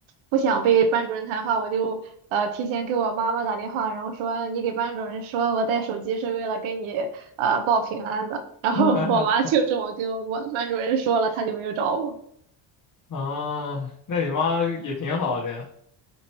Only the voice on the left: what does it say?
<laughs>
啊，那你妈也挺好的呀。